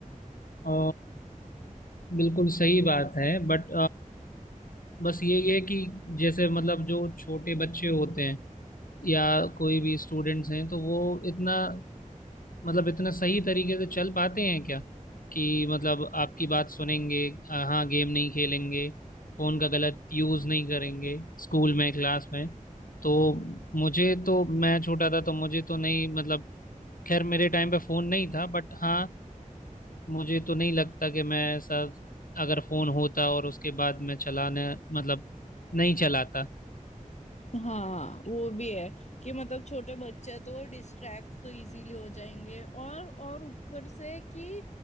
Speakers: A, on the left; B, on the left.
A: अ, बिल्कुल सही बात है बट बस ये है कि जैसे मतलब जो छोटे बच्चे होते हैं या कोई भी स्टूडेंट्स हैं तो वो इतना मतलब इतना सही तरीके से चल पाते हैं क्या कि मतलब आपकी बात सुनेंगे अ, हाँ गेम नहीं खेलेंगे फोन का गलत यूज नहीं करेंगे स्कूल में क्लास में तो मुझे तो मैं छोटा था तो मुझे तो नहीं मतलब खैर मेरे टाइम पे फोन नहीं था बट हाँ मुझे तो नहीं लगता कि मैं ऐसा अगर फोन होता और उसके बाद मैं चलाने मतलब नहीं चलाता
B: हाँ वो भी है कि मतलब छोटे बच्चे हैं तो वो डिस्ट्रैक्ट तो इजीली हो जाएंगे और और ऊपर से कि